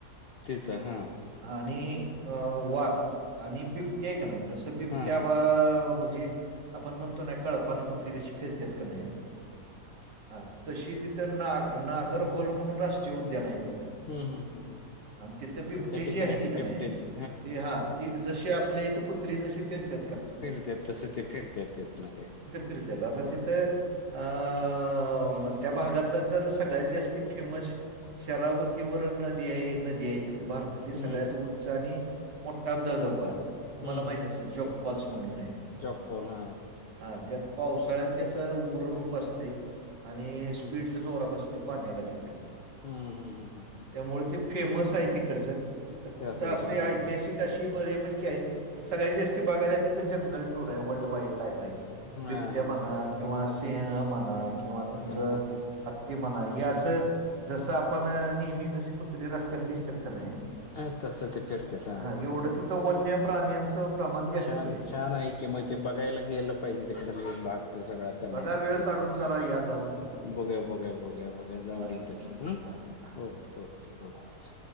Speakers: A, on the left; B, on the right.
A: तिथं हा.
B: आणि वाघ आणि बिबट्या हायका नाही जस बिबट्या
A: हा हा
B: वाघ म्हणजे आपण म्हणतो ना कळपान कुत्री कशी फिरत्यात कनाय हा तशी तिथं नाग, नागर होल म्हणून राष्ट्रीय उद्यान आहे तिथं आणि
A: हम्म हम्म हम्म हम्म.
B: तिथ बिबट्या
A: मग त्या ठिकाणी
B: जी आहे ती
A: ते
B: का
A: बिबट्यांचे
B: नाही ती हा ती जशी आपल्या इथं कुत्री जशी फिरत्यात
A: फिरत्यात तस ते फिरत्यात तिथंन ते.
B: फिरत्यात आता तिथं आ म त्या भागातलं जर सगळ्यात जास्ती फेमस शरावतीवर नदी आहे नदी आहे तिथं भार त्यातिल सगळ्यात
A: हम्म
B: उच्च आणि मोठा धबधबा
A: हम्म
B: तुम्हाला माहित असल जोक फॉल्स म्हणून हाय.
A: हो ना.
B: हा त्यात पावसाळ्यात त्याच उग्र रूप असतय. आणि
A: हम्म
B: स्पीड
A: हम्म.
B: लय जोरात असतय पाण्याला तिथ.
A: हम्म, हम्म, हम्म, हम्म.
B: त्यामुळे ते फेमस आहे तिकडचं तर
A: त्या
B: तिथं
A: साईडला
B: असं
A: हा
B: ऐतिहासिक
A: हा.
B: अशी बऱ्यापैकी आहेत सगळ्यात जास्ती बघायला तिथे जंगल टूर आहे वर्ल्ड, वाईल्ड लाईफ आहे
A: हा
B: बिबट्या
A: हा
B: म्हणा
A: हा
B: किंवा सिंह म्हणा किंवा तुमचं
A: हा हा
B: ते म्हणा हे असं जस आपण नेहमी कशी कुत्री रस्त्यांना दिसत्यात का नाही
A: हा तसं ते फिरत्यात
B: हा एवढं तिथं वन्य प्राण्यांचं प्रमाण जास्ती
A: छान
B: हाय.
A: छान आहे की मग ते बघायला गेलं पाहिजे तिकडे त बाग तो सगळ कर्नाटकचा
B: बघा वेळ काढून
A: इकड, तिकड.
B: जरा या जाऊन तिथनं
A: बघूया, बघूया, बघूया, बघूया जाऊन
B: चालेल
A: येतो
B: चालेल
A: की हम्म
B: हा हा
A: ओके, ओके, ओके